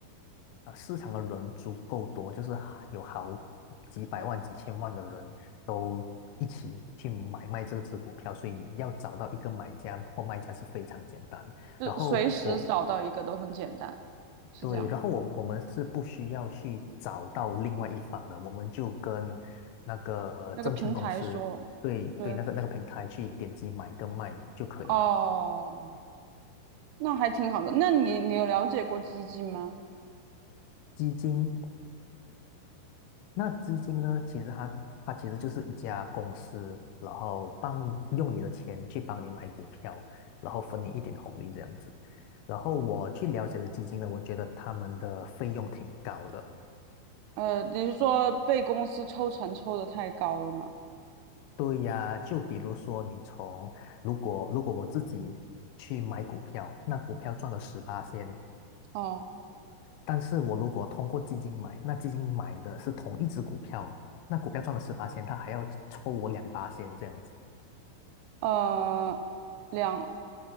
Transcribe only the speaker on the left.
啊，市场的人足够多，就是有好几百万、几千万的人都一起去买卖这只股票，所以要找到一个买家或卖家是非常简单。
然后我
对，然后我我们是不需要去找到另外一方的，我们就跟那个证券公司对对那个那个平台去点击买跟卖就可以了。
基金那基金呢，其实它它其实就是一家公司，然后帮用你的钱去帮你买股票，然后分你一点红利这样子。然后我去了解了基金呢，我觉得他们的费用挺高的。
对呀，就比如说你从如果如果我自己去买股票，那股票赚了十八仙，
但是我如果通过基金买，那基金买的是同一只股票，那股票赚了十八仙，它还要抽我两八仙这样子。